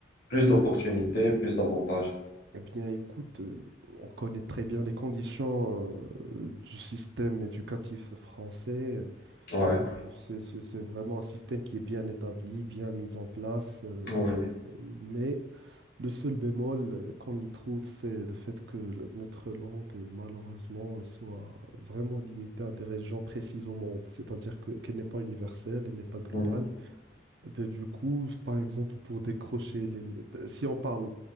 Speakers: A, on the left (about 50°); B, on the right (about 60°).
A: plus d'opportunités, plus d'avantages?
B: Eh bien, écoute, euh, on connaît très bien les conditions euh, du système éducatif français.
A: Ouais,
B: Nous, C'est c'est- c'est vraiment un système qui est bien établi, bien mis en place. euh,
A: oui,
B: euh, mais le seul bémol euh, qu'on y trouve, c'est le fait que le- notre langue, euh, malheureusement, soit vraiment limitée à des régions précises au monde. C'est-à-dire que- qu'elle n'est pas universelle, elle n'est pas globale.
A: mhm,
B: Eh ben, du coup, par exemple, pour décrocher les... Si on parle